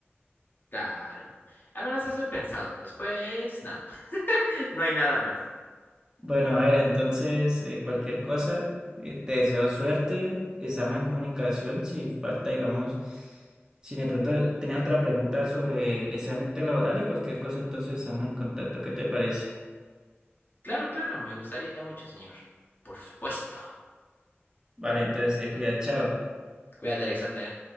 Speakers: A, on the left (about 50°); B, on the right (about 20°).
A: Claro. Al menos eso he pensado. Después, nada. <laughs> No hay nada más.
B: Bueno, Jair, entonces eh, cualquier cosa, eh, te deseo suerte, estamos en comunicación, si falta, digamos, si de pronto tienes otra pregunta sobre ese ambiente laboral y cualquier cosa, entonces estamos en contacto, ¿qué te parece?
A: Claro, claro, me gustaría mucho, señor. Por supuesto.
B: Vale, entonces te cuida, chao.
A: Cuídate, Alexander.